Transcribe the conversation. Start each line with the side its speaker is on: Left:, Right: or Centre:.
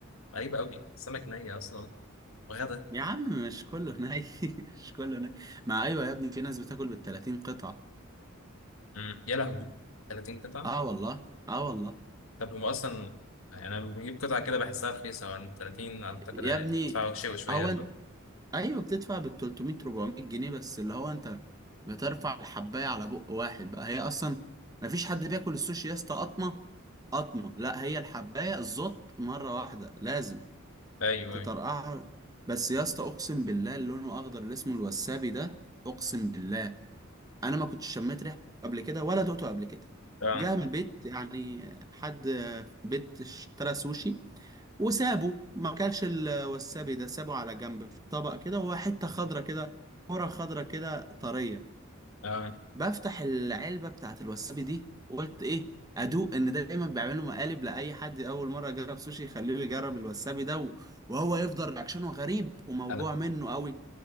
Left: غريبه قوي سمك ني اصلا وغدا
Right: يا عم مش كله ني <laughs> مش كله ني ما ايوه يا ابني في ناس بتاكل بال 30 قطعه
Left: مم. يا لهوي 30 قطعه
Right: اه والله اه والله
Left: طب هم اصلا يعني انا بجيب قطعه كده بحسها رخيصه يعني 30 اعتقد
Right: يا
Left: هيدفعوا
Right: ابني
Left: شوي شويه
Right: هو
Left: دول
Right: ايوه بتدفع بال 300 400 جنيه بس اللي هو انت بترفع الحبايه على بق واحد بقى هي اصلا ما فيش حد بياكل السوشي يا اسطى قطمه قطمه لا هي الحبايه الزط مره واحده لازم
Left: ايوه
Right: تطرقعها
Left: ايوه
Right: بس يا اسطى اقسم بالله اللي لونه اخضر اللي اسمه الوسابي ده اقسم بالله انا ما كنتش شميت ريحته قبل كده ولا دقته قبل كده
Left: اه
Right: جه من البيت يعني حد في البيت اشترى سوشي وسابه ما كانش الوسابي ده سابه على جنب في طبق كده وهو حتة خضرة كده كرة خضرة كده طرية
Left: اه
Right: بفتح العلبة بتاعت الوسابي دي وقلت ايه ادوق ان ده دايما بيعملوا مقالب لاي حد اول مره يجرب سوشي يخليه يجرب الوسابي ده و- وهو يفضل رياكشنه غريب وموجوع
Left: انا
Right: منه قوي